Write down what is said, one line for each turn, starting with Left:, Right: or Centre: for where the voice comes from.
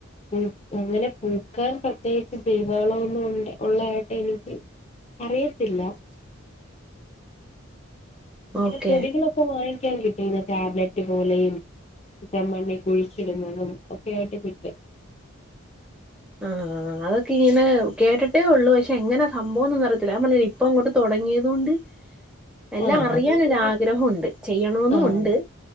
Left: ഉം അങ്ങനെ പൂക്കാൻ പ്രത്യേകിച്ച് ജൈവ വളം ഒന്നും ഉണ്ട് ഉള്ളതായിട്ട് എനിക്ക് അറിയത്തില്ല ഇങ്ങനെ
Centre: ഓക്കെ
Left: പൊടികളൊപ്പ വാങ്ങിക്കാൻ കിട്ടും ടാബ്ലറ്റ് പോലെയും <unintelligible> മണ്ണി കുഴിച്ചിടുന്നതും ഒക്കെയ ആയിട്ട് കിട്ട്
Centre: ആ അതൊക്കെ ഇങ്ങനെ കേട്ട്ട്ടേ ഉള്ളൂ പക്ഷെ എങ്ങനെ സംഭവംന്നും അറിയത്തില്ല ഞാൻ പർഞ്ഞിലേ ഇപ്പൊ അങ്ങോട്ട് തൊടങ്ങിയതുണ്ട്
Left: <inaudible>
Centre: എല്ലാം അറിയാനൊരാഗ്രഹം
Left: അത് ഇങ്ങനെ
Centre: ഉണ്ട് ചെയ്യണോന്നുണ്ട്.
Left: ആഹ്